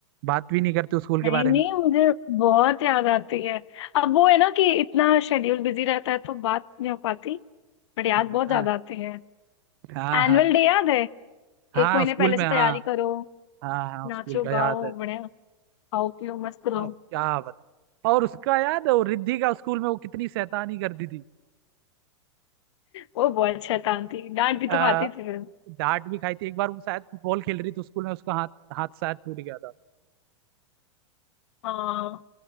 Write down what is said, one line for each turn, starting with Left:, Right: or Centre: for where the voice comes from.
Right: बात भी नहीं करते उस स्कूल के
Left: नहीं
Right: बारे
Left: नहीं
Right: में
Left: मुझे बहुत याद आती है अब वो है ना कि इतना शेड्यूल बिजी रहता है तो बात नहीं हो पाती बट याद
Right: हाँ
Left: बहुत ज्यादा आती है
Right: हाँ
Left: एनुअल
Right: हाँ
Left: डे याद है
Right: हाँ
Left: एक महीने
Right: उस स्कूल
Left: पहले
Right: में
Left: से
Right: हाँ
Left: तैयारी करो
Right: हाँ हाँ उस
Left: नाचो
Right: स्कूल का याद
Left: गाओ
Right: है
Left: बढ़िया खाओ पियो मस्त रहो
Right: अब क्या बता और उसका याद है वो रिद्धि का उस स्कूल में वो कितनी शैतानी करती थी
Left: वो बहुत शैतान थी डांट भी तो
Right: आ,
Left: खाती थी फिर
Right: डांट भी खाई थी एक बार वो शायद फुटबॉल खेल रही थी स्कूल में उसका हाथ हाथ शायद टूट गया था
Left: हाँ